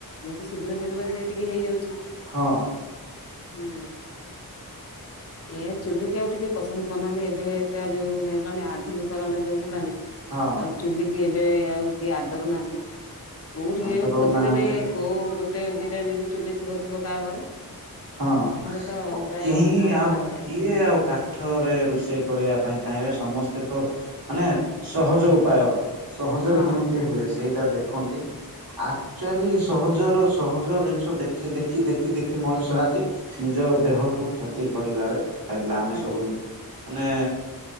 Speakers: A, on the left; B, on the right.
A: ଯେହେତୁ ଶୀଘ୍ର ଶୀଘ୍ର ସିଏ ଟିକେ ହେଇଯାଉଛି।
B: ହଁ।
A: ହୁଁ। ଏ ଆ ଚୁଲିିକି ଆଉ ଟିକେ ପସନ୍ଦ କରୁନାହାନ୍ତି ଏବେ ଏଟା ଯୋଉ ହେଇଲାଣି ଆଧୁନିକରଣ ଯୋଉ ହେଲାଣି।
B: ହଁ।
A: ଚୁଲିକିି ଏବେ ଆଉ କେଏ ଆଦରୁ ନାହାଁନ୍ତି କୋଉଠି
B: ଆଉ
A: ବି ଏବେ
B: ତ ରହୁନାହାନ୍ତି
A: ଖୋଜିଦେଲେ କୋଉ ଗୋଟେ ଦିଟା ଯଦି ଚୁଲି ଥିବ ଥିବ କାହା ଘରେ
B: ହଁ
A: ନହେଲେ ତ
B: ଓ
A: ପ୍ରାୟ
B: କେହିଁ
A: ନଥିଲା
B: ଆଉ
A: ଭଳିଆ
B: କିଏ ଆଉ କା ଠରେ ରୋଷେଇ କରିବା ପାଇଁ ଚାହିଁବେ ସମସ୍ତେ ତ ମାନେ ସହଜ ଉପାୟ। ସହଜରେ
A: ହଁ
B: କେମିତି ହୁଏ ସେଇଟା ଦେଖନ୍ତି। ଆକ୍ଚୁଆଲି ସହଜର ସହଜ ଜିନିଷ ଦେଖି ଦେଖି ଦେଖି ଦେଖି ମଣିଷ ଆଜି ନିଜ ଦେହ କୁ କ୍ଷତି କରିବାରେ ଲାଗିଲା ଆମେ
A: ଲାଗିଛି।
B: ସବୁ ମାନେ